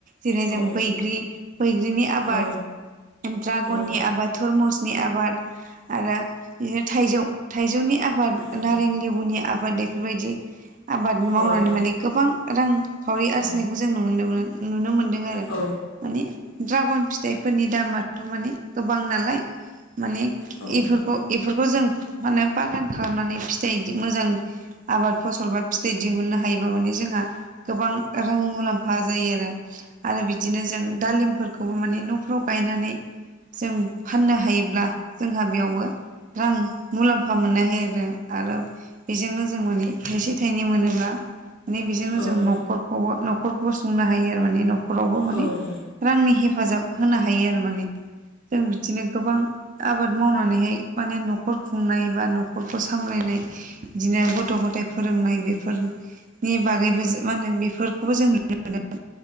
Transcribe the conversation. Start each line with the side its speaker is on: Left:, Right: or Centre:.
Right: जेरै जों
Left: औ
Right: बैग्रि बैग्रिनि आबाद
Left: औ
Right: ड्रागननि
Left: औ
Right: आबाद थरमुसनि आबाद आरो बिदिनो थाइजौ थाइजौनि आबाद
Left: औ
Right: नारें लेबुनि आबाद इफोरबायदि आबाद मावनानै
Left: औ औ
Right: माने गोबां रांखावरि
Left: औ
Right: आरजिनायखौ जों नुनो मोनो नुनो मोन्दों आरो
Left: औ
Right: माने द्रागन फिथाइ फोरनि दामाथ' माने गोबां नालाय माने
Left: औ
Right: एफोरखौ एफोरखौ जों माने बागान खालामनानै फिथाइ इदि मोजां आबाद फसल बा फिथाइ दिहुननो हायोबा माने जोंहा गोबां रां मुलाम्फा जायो आरो आरो बिदिनो जों दालिमफोर खौ माने न'फ्राव गायनानै जों फाननो हायोब्ला जोंहा बेयावबो रां मुलाम्फा मोननो हायो आरो। आरो बेजोंनो जों माने थाइसे थाइनै मोनोब्ला माने बेजोंनो
Left: औ
Right: जों न'खर खौबो न'खरखौबो संनो हायो आरो माने न'खरावबो माने
Left: औ
Right: रांनि हेफाजाब होनो हायो आरो माने जों बिदिनो गोबां आबाद मावनानैहाय माने न'खर खुंनाय बा न'खरखौ सामलायनाय इदिनो गथ' गथाय फोरोंनाय बेफोर नि बागैबो जो मा होनो बेफोरखौबो जों नुनो मोनदों।